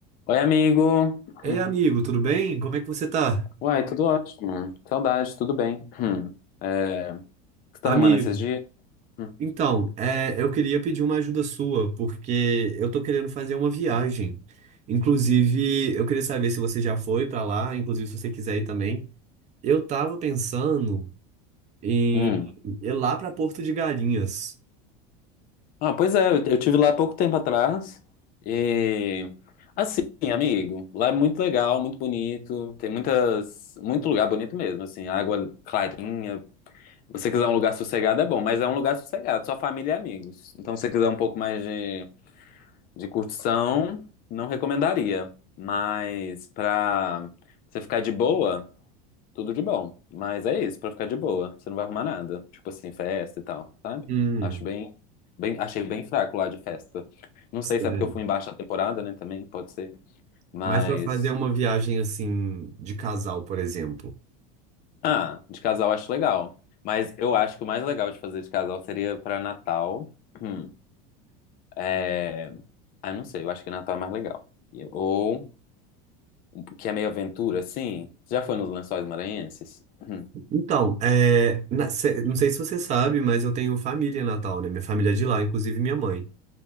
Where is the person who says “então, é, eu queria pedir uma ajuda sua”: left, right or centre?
Right